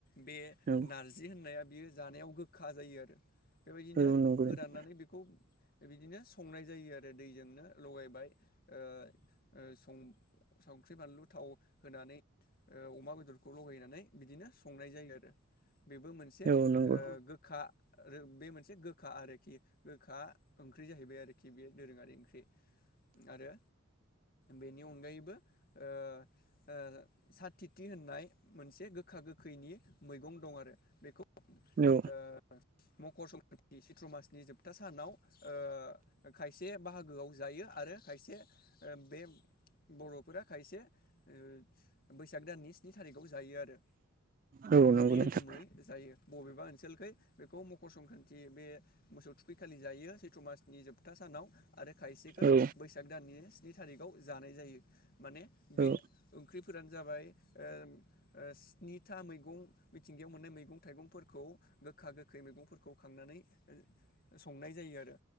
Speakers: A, on the left; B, on the right.
A: बे
B: औ
A: नारजि होननाया बियो जानायाव गोखा जायो आरो। बेबायदिनो
B: औ नंगौ
A: फोराननानै
B: नोंथां
A: बेखौ बिदिनो संनाय जायो आरो दैजोंनो लगायबाय ओ ओ सं संख्रि बानलु थाव होनानै ओ अमा बेदरखौ लगायनानै बिदिनो संनाय जायो आरो। बेबो मोनसे
B: औ नंगौ
A: ओ गोखा आरो बे मोनसे गोखा आरोखि गोखा ओंख्रि जाहैबाय आरोखि बे दोरोङारि ओंख्रि आरो बेनि अनगायैबो ओ ओ साथ थिथि होननाय मोनसे गोखा गोखैनि मैगं दं आरो बेखौ ओ।
B: औ
A: मकर संक्रान्ति नि चैत्र मासनि जोबथा सानाव ओ खायसे बाहागोआव जायो आरो खायसे बे बर'फोरा खायसे ओ बैसाग दाननि स्नि थारिखआव जायो आरो,
B: औ
A: मोननै
B: नंगौ नोंथां
A: रोखोमै जायो। बबेबा ओनसोलखै बेखौ मकर संक्रान्ति बे मोसौ थुखै खालि जायो सैथ्र' मासनि जोबथा सानाव आरो खायसेखै
B: औ
A: बैसाग दाननि नि थारिखआव जानाय जायो माने
B: औ
A: बे ओंख्रि फोरानो जाबाय ओ ओ स्निथा मैगं मिथिंगायाव मोननाय मैगं थाइगं फोरखौ गोखा गोखै मैगंफोर खौ खांनानै ओ संनाय जायो आरो।